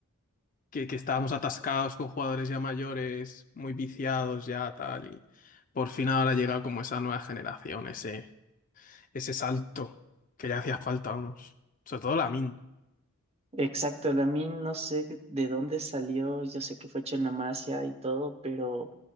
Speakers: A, on the left; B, on the right.
A: que, que estábamos atascados con jugadores ya mayores, muy viciados ya, tal. Y por fin ahora llega como esa nueva generación, ese, ese salto que ya hacía falta, vamos. Sobre todo Lamin.
B: Exacto, Lamine, no sé de dónde salió, yo sé que fue hecho en la Masia y todo, pero